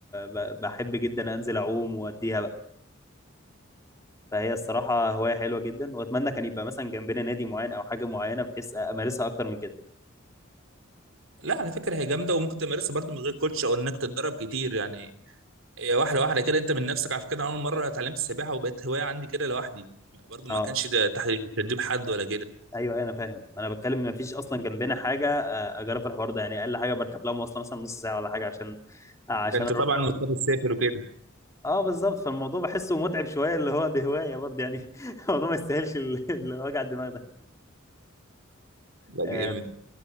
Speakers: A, on the left (about 15°); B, on the right (about 75°).
A: ب... بحب جدا انزل اعوم واديها بقى فهي الصراحة هواية حلوة جدا واتمنى كان يبقى مثلا جنبنا نادي معين او حاجة معينة بحيث امارسها اكتر من كده
B: لا على فكره هي جامده وممكن تمارسها برضه من غير كوتش او انك تتدرب كتير يعني هي واحده واحده كده انت من نفسك على فكره أنا اول مره اتعلمت السباحه وبقت هوايه عندي كده لوحدي برضه
A: اه
B: ما كانش ده تحت تدريب حد ولا كده
A: ايوه أيوة، انا فاهم انا بتكلم ان مفيش اصلا جنبنا حاجه آه، اجرب في الحوار ده يعني اقل حاجه بركب لها مواصله مثلا نص ساعه ولا حاجه عشان آه، عشان
B: انت
A: اروح
B: طبعا
A: الحوار
B: مضطر
A: ده
B: تسافر وكده
A: اه بالظبط فالموضوع بحسه متعب شويه اللي هو دي هوايه برضه يعني <laughs> الموضوع ما يستاهلش ال- ال- وجع الدماغ ده
B: لا،
A: آه،